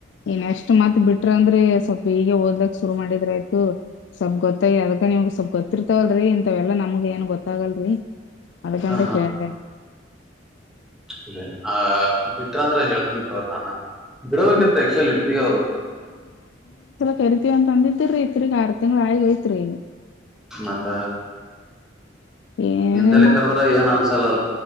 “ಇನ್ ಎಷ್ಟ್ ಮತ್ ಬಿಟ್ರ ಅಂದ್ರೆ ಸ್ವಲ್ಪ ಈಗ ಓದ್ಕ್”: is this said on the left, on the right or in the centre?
Left